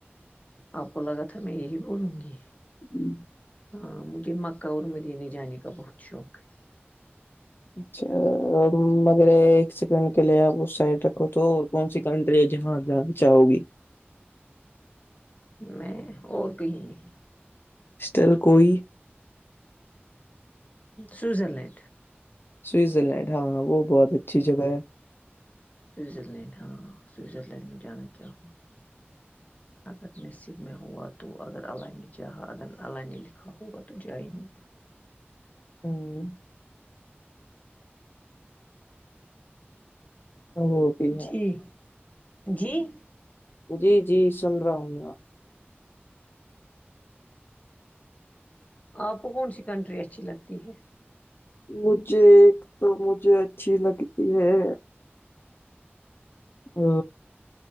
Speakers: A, on the left (about 35°); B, on the left (about 60°).
A: آپ کو لگا تھا میں یہی بولوں گی
B: جی
A: ہاں مجھے مکہ اور مدنے جانے کا بہت شوق ہے
B: اچھا مگر ایک سیکنڈ کے لیے آپ اس سائڈ رکھو تو اور کون سی کنٹری ہے جہاں آپ جانا چاہو گے
A: میں اور کہیں نہیں
B: اسٹل کوئی
A: سوزر لینڈ
B: سوئزر لینڈ ہاں ہاں وہ بہت اچھی جگہ ہے
A: سوںزر لینڈ ہاں سوئزرلینڈ میں جانا چاہوں اگر نسیب ہوا تو اگر اللہ چاہا اگر اللہ لکھا ہوگا تو جائ گی
B: ہوں وہ بھی ہے
A: جی جی
B: جی جی سن رہا ہوں میں آپ
A: آپ کو کون سی کنٹری اچھی لگتی ہے
B: مجھے ایک تو مجھے اچھی لگتی ہے او